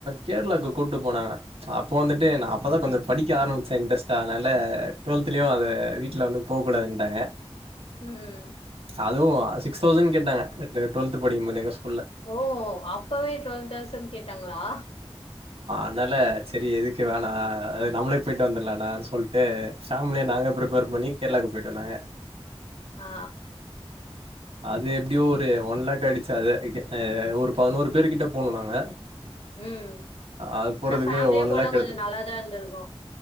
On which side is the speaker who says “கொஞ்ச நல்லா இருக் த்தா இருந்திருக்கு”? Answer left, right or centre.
Left